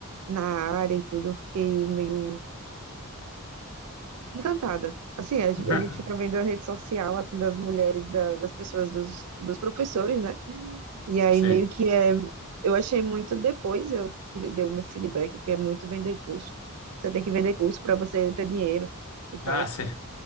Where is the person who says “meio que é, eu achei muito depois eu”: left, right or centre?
Right